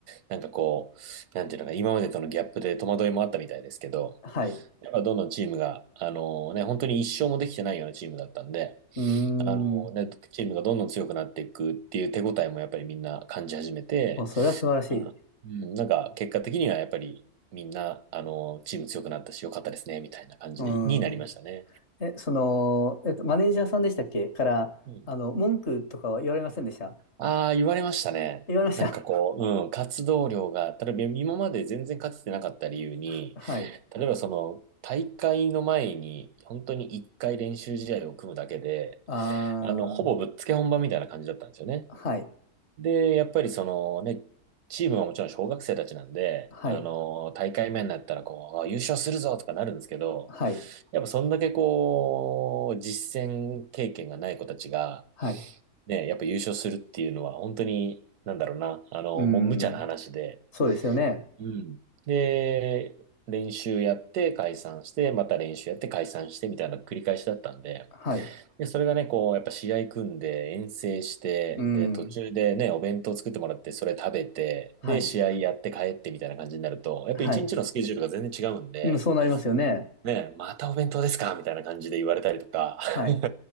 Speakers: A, on the right; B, on the left.
A: なんかこう、なんていうのか、今までとのギャップで戸惑いもあったみたいですけど、
B: はい。
A: やっぱどんどんチームが、あのね、本当に一勝もできてないようなチームだったんで、
B: うー
A: あのね、
B: ん。
A: チームがどんどん強くなっていくっていう手応えもやっぱりみんな感じ始めて、
B: お、それは素晴らしい。
A: あうん、なんか結果的にはやっぱりみんな、あの、チーム強くなったし、良かったですね、みたいな感じになりましたね。
B: うん。え、その、えっと、マネージャーさんでしたっけから、
A: うん
B: あの、文句とかは言われませんでした
A: ああ、言われましたね。
B: 言われました。
A: なんかこう、うん、活動量が、例えば今まで全然勝ててなかった理由に、
B: <laughs> はい。
A: 例えばその、大会の前に、本当に一回練習試合を組むだけで、
B: あ
A: あの、ほぼぶっつけ本番みたいな感じだったんですよね。
B: ー、はい。
A: で、やっぱりそのね、チームはもちろん小学生たちなんで、
B: はい。
A: あの、大会目になったらこう、あ優勝するぞとかなるんですけど、
B: はい。
A: やっぱそんだけこう、実践経験がない子たちが、
B: はい。
A: ね、やっぱ優勝するっていうのは本当に、なんだろうな、あの、
B: うん。
A: もう無茶な話で、
B: そうですよね。
A: うん。で、練習やって解散して、また練習やって解散してみたいな繰り返しだったんで、
B: はい。
A: で、それがね、こう、やっぱ試合組んで遠征して、
B: うん。
A: で、途中でね、お弁当作ってもらって、それ食べて、
B: はい。
A: で、試合やって帰ってみたいな感じになると、やっぱ一日のスケジュールが全然違うんで、
B: はい。うん、そうなりますよね。
A: ね、またお弁当ですかみたいな感じで言われたりとか、
B: はい。
A: <laughs>